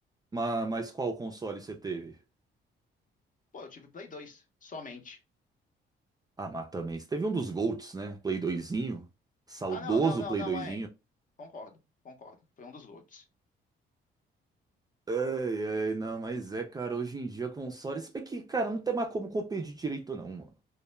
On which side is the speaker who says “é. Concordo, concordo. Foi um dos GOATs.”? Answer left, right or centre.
Left